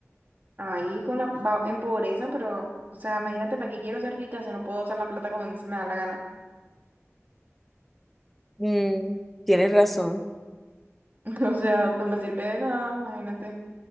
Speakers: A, on the right (about 40°); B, in the centre.
A: ahí con la, va- en pobreza, pero, o sea, imagínate, ¿para qué quiero ser rica si no puedo usar la plata como a mí se me da la gana?
B: Mm, tienes razón.
A: <laughs> O sea, no me sirve de nada, imagínate.